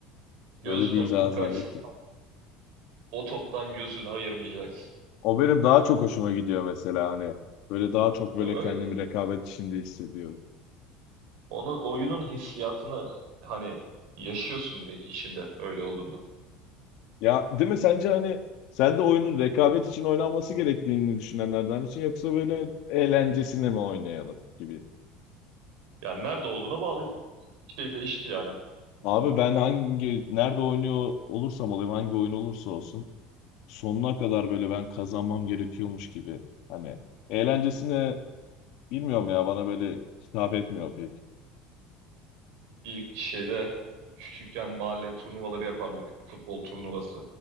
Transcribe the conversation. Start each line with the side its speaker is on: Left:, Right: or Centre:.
Right: Gözüne
Left: Öyle diyeceğini
Right: kum kaçsa
Left: zannettim.
Right: da o toptan gözünü ayırmayacaksın.
Left: O benim daha çok hoşuma gidiyor mesela hani. Böyle daha çok böyle
Right: Ya Öyle.
Left: kendimi rekabet içinde hissediyorum.
Right: Onun oyunun hissiyatını hani yaşıyorsun direkt içinde öyle olduğunu.
Left: Ya değil mi sence hani sen de oyunun rekabet için oynanması gerektiğini düşünenlerden misin yoksa böyle eğlencesine mi oynayalım gibi?
Right: Yani nerede olduğuna bağlı şey değişir yani.
Left: Abi ben hangi nerede oynuyor olursam olayım hangi oyun olursa olsun sonuna kadar böyle ben kazanmam gerekiyormuş gibi. Hani eğlencesine bilmiyorum ya bana böyle hitap etmiyor pek.
Right: İlk şeyde küçükken mahalle turnuvaları yapardık. Futbol turnuvası.